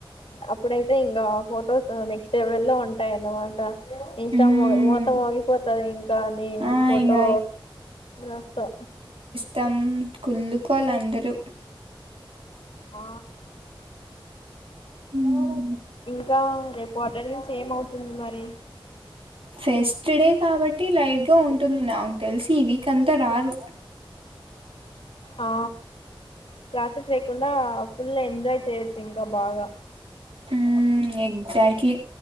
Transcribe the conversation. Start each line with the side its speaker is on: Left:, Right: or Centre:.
Left: అప్పుడైతే ఇంకా ఫొటోస్ నెక్స్ట్ లెవెల్లో ఉంటాయన్నమాట ఇన్స్టా
Right: హ్మ్
Left: మో మోతమోగిపోద్ది ఇంకా ని
Right: ఆ
Left: ఫోటో
Right: ఇంగ
Left: వస్తా
Right: తం కుళ్ళుకోవాలి అందరూ
Left: ఆ
Right: ఉ
Left: ఇంకా రేపు అటెండెన్స్ ఏమవుతుంది మరి.
Right: ఫెస్ట్ డే కాబట్టి లైట్ గా ఉంటుంది నాకు తెలిసి ఈ వీక్ అంతా రారు.
Left: ఆ క్లాసెస్ లేకుండా ఫుల్ ఎంజాయ్ చేయొచ్చు ఇంకా బాగా.
Right: హ ఎక్జాక్ట్లీ